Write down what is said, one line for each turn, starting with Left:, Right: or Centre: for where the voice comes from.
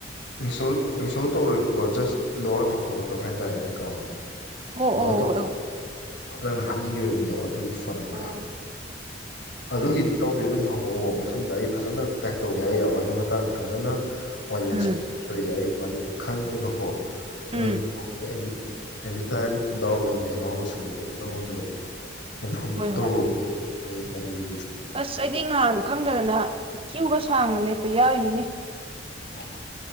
Left: ꯏꯟꯁ꯭ꯇꯥꯜ ꯇꯧꯔꯣꯏꯕꯀꯣ ꯖꯁ ꯂꯣꯛ ꯑꯥꯎꯠ ꯇꯧꯊꯣꯛꯀꯗꯕ ꯍꯥꯏꯇꯥꯔꯦ ꯑꯦꯀꯥꯎꯟꯠ ꯗꯣ
Right: ꯑꯣ ꯑꯣ
Left: ꯂꯣꯒ
Right: ꯑꯣ
Left: ꯑꯥꯎꯠ
Right: ꯑꯣ
Left: ꯅꯪꯅ ꯍꯥꯞꯅꯤꯡꯉꯤꯕ ꯃꯤꯗꯣ ꯑꯗꯨꯒꯤ ꯐꯣꯟ ꯅꯝꯕꯔꯗ
Right: ꯑꯣ ꯍꯣꯏꯅꯦ
Left: ꯑꯗꯨꯒꯤꯗꯤ ꯏꯇꯧꯕꯤ ꯑꯗꯨꯝ ꯍꯡꯉꯛꯑꫭ ꯃꯇꯨꯡꯗ ꯑꯩ ꯐꯖꯅ ꯇ꯭ꯔꯥꯏ ꯇꯧ ꯑꯩ ꯑꯕꯒꯤ ꯃꯇꯥꯡꯗ ꯐꯖꯟꯅꯥ ꯋꯥꯏꯜꯗ
Right: ꯎꯝ
Left: ꯑꯦꯁꯄꯦꯛꯇ ꯑꯩ ꯈꯣꯟ ꯈꯪꯉꯦꯕꯀꯣ
Right: ꯎꯝ
Left: ꯑꯗꯨꯅꯤ <unintelligible> ꯑꯦꯅꯤꯇꯥꯏꯝ ꯗꯥꯎꯠ ꯂꯩꯕ ꯌꯥꯎꯔꯒꯁꯨ ꯑꯗꯨꯝ ꯑꯩꯉꯣꯟꯗ ꯐꯣꯟ ꯎꯝ
Right: ꯍꯣꯏ
Left: ꯇ꯭ꯋꯔꯣꯕ
Right: ꯍꯣꯏ
Left: ꯀꯣ ꯑꯩ ꯑꯗꯨꯒꯤ
Right: ꯑꯁ ꯑꯩꯗꯤ ꯅꯍꯥꯟ ꯈꯪꯗꯗꯅ ꯀ꯭ꯌꯨ ꯒ ꯁꯥꯡꯅ ꯂꯦꯞꯄ ꯌꯥꯎꯔꯤꯅꯤꯅꯦ
Left: ꯍꯣ ꯍꯣ ꯍꯣ